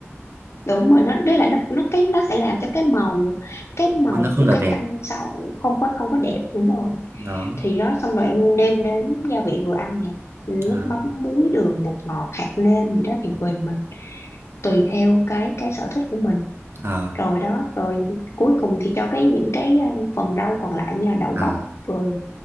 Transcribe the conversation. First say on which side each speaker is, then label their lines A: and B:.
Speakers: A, on the left (about 65°); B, on the right (about 55°).
A: đúng rồi nó đấy là nó, nó cái nó sẽ làm cho cái màu cái màu
B: mà nó không
A: của
B: được
A: cái
B: đẹp
A: canh sau không có không có đẹp đúng rồi
B: đó
A: thì đó xong rồi em nêm đến gia vị vừa ăn nè nước
B: à
A: mắm muối đường bột ngọt hạt nêm gì đó thì tùy mình tùy theo cái cái sở thích của mình
B: à
A: rồi đó rồi cuối cùng thì cho cái những cái ờ, phần rau còn lại như là đậu
B: à
A: bắp rồi